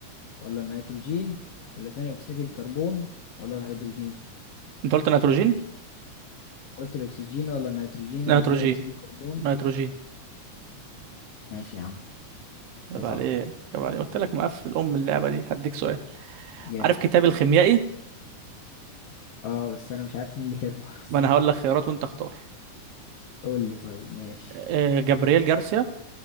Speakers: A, on the left; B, on the right.
A: ولا النيتروجين ولا ثاني اكسيد الكربون ولا الهيدروجين
B: انت قلت نيتروجين
A: قلت الاكسجين ولا النيتروجين
B: نيتروجين
A: ولا ثاني اكسيد الكربون
B: نيتروجين
A: ماشي يا عم
B: عيب
A: انت
B: عليك
A: صح
B: عيب عليك قلت لك مقفل ام اللعبة دي هديك سؤال
A: جامد
B: عارف كتاب الخيميائي
A: اه بس انا مش عارف مين اللي كاتبه <laughs>
B: ما انا هقول لك خيارات وانت اختار
A: قول لي طيب ماشي
B: آه، جابرييل جارسيا